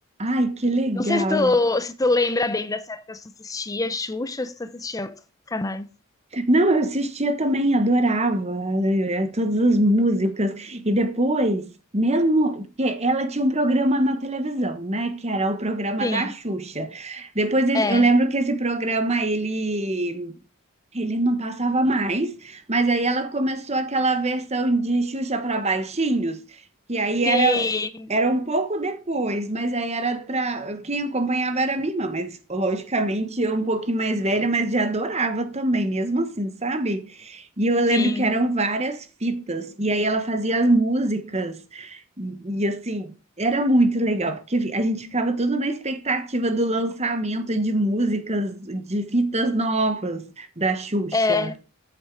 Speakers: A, on the right; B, on the left.
A: Ai, que legal.
B: Não sei se tu, se tu lembra bem dessa época, se tu assistia Xuxa, se tu assistia outros canais.
A: Não, eu assistia também, adorava eh, todas as músicas. E depois, mesmo que ela tinha um programa na televisão, né? Que era o programa
B: Sim,
A: da Xuxa. Depois, esse-
B: é.
A: eu lembro que esse programa, ele Ele não passava mais, mas aí ela começou aquela versão de Xuxa para baixinhos, que aí era
B: Sim,
A: era um pouco depois, mas aí era para quem acompanhava era minha irmã, mas logicamente eu um pouquinho mais velha, mas já adorava também, mesmo assim, sabe? E eu lembro
B: sim.
A: que eram várias fitas, e aí ela fazia as músicas, e, e, assim, era muito legal, porque a gente ficava tudo na expectativa do lançamento de músicas, de fitas novas da Xuxa
B: É.